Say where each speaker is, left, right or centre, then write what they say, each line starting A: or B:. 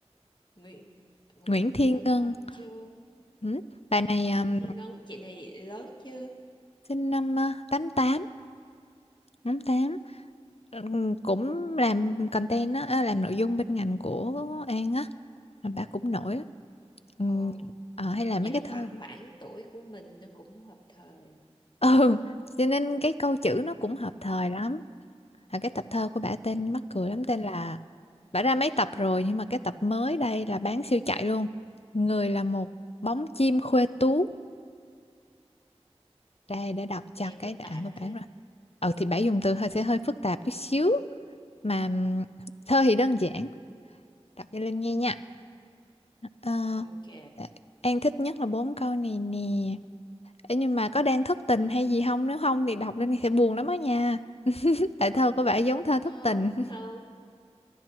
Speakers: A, on the left; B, on the left.
A: Nguyễn Nguyễn
B: Nguyễn
A: Thiên
B: Thiên
A: Ngân
B: Ngân
A: hả Chưa
B: ừ. Bà này
A: Nguyễn
B: um,
A: Thiên Ngân Chị này lớn chưa
B: sinh năm uh, tám tám tám tám. Ừm, cũng làm content á à, làm nội dung bên ngành của An á Mà bà cũng nổi lắm Ừm,
A: Ồ
B: ờ, hay làm
A: Vậy
B: mấy cái
A: là
B: thơ
A: khoảng khoảng tuổi của mình Nó cũng hợp thời
B: ừ cho nên cái câu chữ nó cũng hợp thời lắm à, cái tập thơ của bả tên mắc cười lắm tên
A: ừ.
B: là bả ra mấy tập rồi nhưng mà cái tập mới đây là bán siêu chạy luôn người là một bóng chim khuê tú đây để đọc
A: Nghe
B: cho cái
A: phức
B: đoạn
A: tạp
B: của bả
A: thế
B: rồi ừ thì bả dùng từ
A: ừ.
B: hơi sẽ hơi phức tạp chút xíu mà ừm, thơ thì đơn giản đọc cho Linh nghe nha Ờ,
A: Ok
B: An thích nhất là bốn câu này nè Ê, nhưng mà có đang thất tình hay gì không? Nếu không thì đọc lên thì sẽ buồn lắm á nha. <laughs> Tại thơ có vẻ giống thơ thất
A: Không
B: tình. <laughs>
A: không